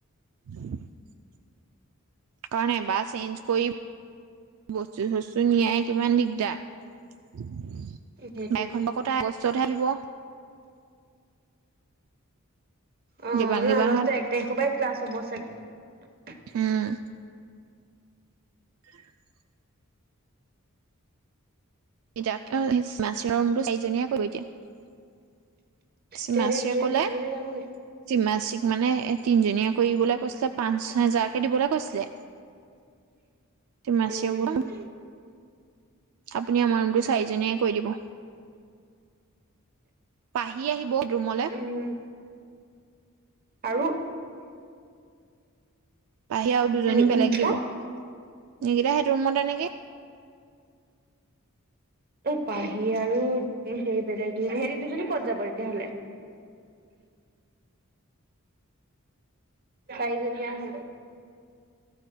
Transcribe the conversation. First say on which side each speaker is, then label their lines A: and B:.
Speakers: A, on the right; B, on the right.
A: <inaudible> কাৰণ এবাৰ চেইঞ্জ কৰি বস্তু-চষ্টো নিয়াই কিমান দিগদাৰ! <unintelligible>
B: সেইটোৱেতো
A: তাই আহিব।
B: অ',
A: দেবাংগী
B: এনেও
A: বাহঁত
B: আগষ্ট এক তাৰিখপাই ক্লাছ হ'ব চাগ <unintelligible>
A: হম। <inaudible> <unintelligible> চাৰিজনীয়ে <unintelligible> চিমাশ্ৰিয়ে
B: তেহেতি দুজনী
A: ক'লে
B: থাকিবনে যাবগে
A: চিমাশ্ৰিক মানে তিনজনীয়া কৰিবলৈ কৈছিলে পাঁচ-ছয় হেজাৰকে দিবলৈ কৈছিলে। তিমাচিৰ,
B: উম
A: আপুনি আমাৰ ৰুমটো চাৰিজনীয়ে কৈ দিব। পাহি আহিব ৰুমলে।
B: উম আৰু
A: পাহি আৰু দুজনী
B: নি
A: বেলেগ
B: নিকিতা
A: দিব। নকিতা সেইটো ৰুমতে এ নেকি?
B: অ' পাহি আৰু সেই বেলেগ হে দুজনী কত যাব তেতিয়াহলে? চাৰিজনীয়া হলো।